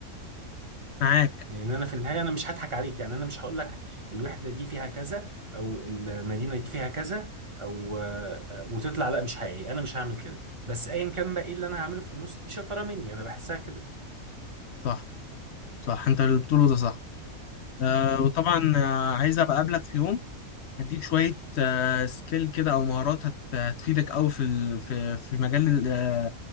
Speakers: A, on the left (about 65°); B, on the right (about 30°).
A: معاك
B: يعني ان انا في النهايه انا مش هضحك عليك يعني انا مش هقول لك الوحده دي فيها كذا او المدينه دي فيها كذا او آه، وتطلع لا مش حقيقي انا مش هعمل كده بس ايا كان بقى ايه اللي انا هعمله في النص دي شطاره مني انا بحسها كده
A: صح صح انت اللي بتقوله ده صح آه وطبعا آه عايز ابقى اقابلك في يوم هديك شوية آه سكيل كده او مهارات هت- هتفيدك قوي في ال- في في مجال ال-